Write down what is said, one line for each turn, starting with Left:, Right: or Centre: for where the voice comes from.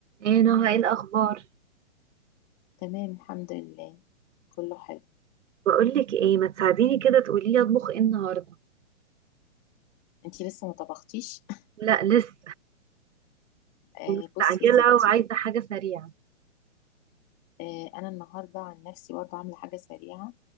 Right: ايه نهى ايه الاخبار
Left: تمام الحمد لله كله حلو
Right: بقولك ايه ما تساعديني كده تقولي لي اطبخ ايه النهارده
Left: انتي لسه ما طبختيش
Right: لا لسه
Left: <laughs> آه
Right: مستعجله
Left: بصي يا ستي
Right: وعايزه حاجه سريعه
Left: آه انا النهارده عن نفسي برضه عامله حاجه سريعه